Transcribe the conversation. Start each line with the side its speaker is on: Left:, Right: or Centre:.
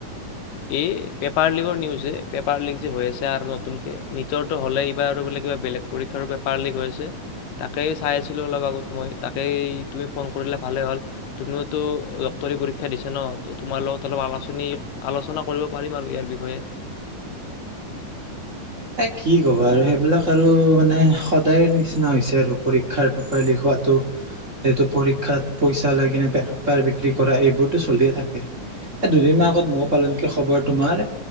Left: এই পেপাৰ লীকৰ নিউজ হে পেপাৰ লীক যে হৈ আছে আৰু নতুনকে নিটৰটো হ'লে, এইবাৰ আৰু বোলে কিবা বেলেগ পৰীক্ষাৰো পেপাৰ লিক হৈ আছে। তাকেই চাই আছিলোঁ অলপ আগত মই, তাকেই তুমি ফোন কৰিলা ভালে হ'ল। তুমিওতো ডক্তৰী পৰীক্ষা দিছা ন তোমাৰ লগত অলপ আলোচনী আলোচনা কৰিব পাৰিম আৰু ইয়াৰ বিষয়ে।
Right: এ কি ক'বা আৰু সেইবিলাক আৰু মানে সদায়ৰ নিচিনা হৈছে আৰু পৰীক্ষাৰ পেপাৰ লিক হোৱাটো। হেতু পৰীক্ষাত পইচা লৈ কিনে বেপাৰ বিক্ৰী কৰা এইবোৰতটো চলিয়ে থাকে। এ দুদিন মান আগত মইও পালোনেকি খবৰ তোমাৰ